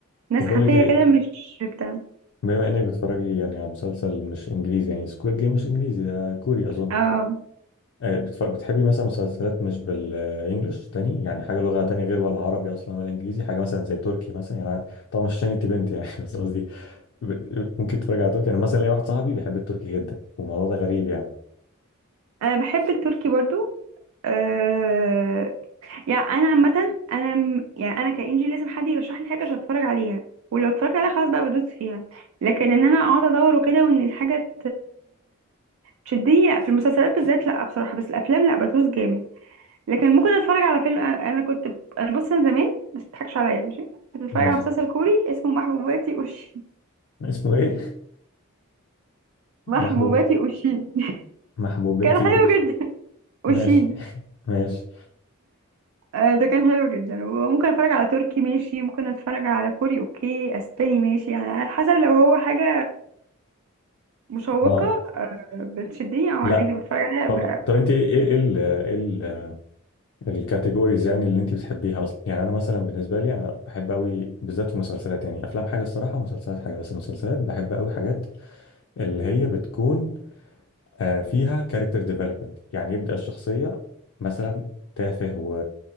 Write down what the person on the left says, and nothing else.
طب
بقول لك ايه
بما انك بتتفرجي يعني على مسلسل مش انجليزي يعني سكويد جيم مش انجليزي ده كوري اظن
آه، بتف- بتحبي مثلا مسلسلات مش بالانجلش تاني يعني حاجه لغه تانية غير ولا عربي اصلا ولا انجليزي حاجه مثلا زي تركي مثلا يعني طبعا مش عشان انت بنت يعني <laughs> بس قصدي ب- ممكن تتفرج على تركي انا مثلا ليا واحد صاحبي بيحب التركي جدا والموضوع ده غريب يعني
ماشي
اسمه ايه <laughs>
محبوب
محبوبتي
أوش.
ماشي
<laughs> ماشي
اه
لا
طب
طب انت ايه ايه ال ايه ال- الكاتيجوريز يعني اللي انت بتحبيها اصلا يعني انا مثلا بالنسبه لي انا بحب قوي بالذات في المسلسلات يعني افلام حاجه الصراحه ومسلسلات حاجه بس المسلسلات بحب قوي حاجات اللي هي بتكون آه، فيها كاركتر ديفلوبمنت يعني يبدأ الشخصية مثلا تافه و...